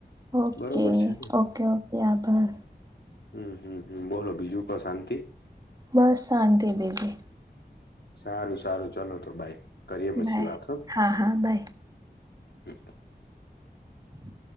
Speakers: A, on the right; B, on the left.
A: ઓકે
B: બરોબર છે ને
A: ઓકે ઓકે આભાર
B: હમ હમ બોલો બીજું કો શાંતિ
A: બસ શાંતિ બીજી
B: સારું સારું ચલો તો ભાઈ કરીએ પછી
A: બાય
B: વાતો હ
A: હા હા બાય હમ